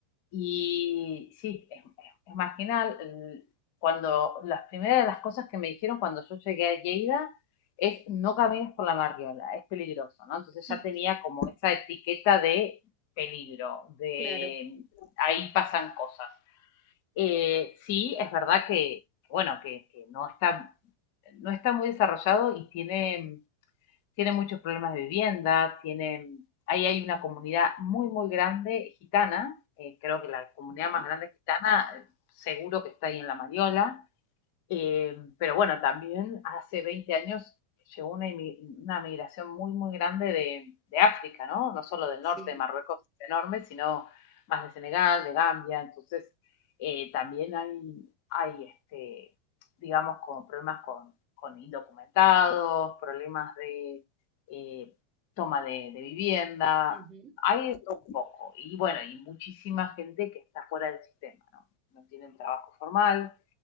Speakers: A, on the left (about 55°); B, on the right (about 30°).
A: y sí, es, es marginal. El- Cuando las primeras de las cosas que me dijeron cuando yo llegué a Lleida es no camines por la marriola, es peligroso, ¿no? Entonces
B: <laughs>
A: ya tenía como esa etiqueta de peligro, de
B: Claro.
A: ahí pasan cosas. Eh, sí, es verdad que, bueno, que, que no está, no está muy desarrollado y tiene tienen muchos problemas de vivienda, tienen, ahí hay una comunidad muy, muy grande gitana, eh, creo que la comunidad
B: Ujú.
A: más grande gitana eh, seguro que está ahí en La Mariola, eh, pero bueno, también hace 20 años llegó una, inmi- una migración muy, muy grande de, de África, ¿no? No solo del
B: Sí.
A: norte de Marruecos, es enorme, sino más de Senegal, de Gambia. Entonces, eh, también hay, hay este, digamos, como problemas con, con indocumentados, problemas de eh, toma de, de vivienda.
B: Ujú.
A: Hay de todo un poco. Y bueno, y muchísima gente que está fuera del sistema, ¿no? No tienen trabajo formal